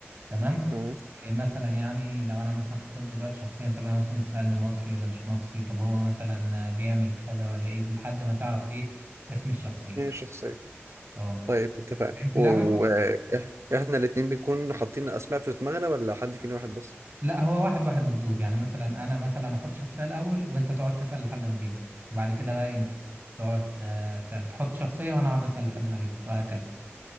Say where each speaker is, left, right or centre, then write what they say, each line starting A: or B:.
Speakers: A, on the right (about 45°); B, on the right (about 75°).
A: تمام
B: تمام
A: آه، مثلا يعني لو انا مثلا حطيت دلوقتي شخصية انت بقى مثلا تسألني مصري ولا مش مصري طب هو مثلا آه، بيعمل كذا ولا ايه لحد ما تعرف ايه اسم الشخصية
B: مين الشخصية
A: اه
B: طيب اتفقنا
A: فهمت
B: واحنا
A: اللعبة
B: الاتنين بنكون حاطين اسماء في دماغنا ولا حد فينا واحد بس
A: لا هو واحد واحد بالدور يعني مثلا انا مثلا احط شخصيه الاول وانت تقعد تسال لحد ما تجيبها وبعد كده بقى انت تقعد آه، ت- تحط شخصيه وانا اقعد اسال لحد ما اجيبها وهكذا